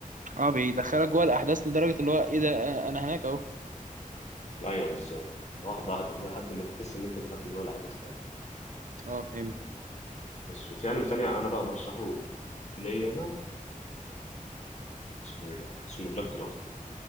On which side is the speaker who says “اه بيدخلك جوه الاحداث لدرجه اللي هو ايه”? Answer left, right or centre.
Right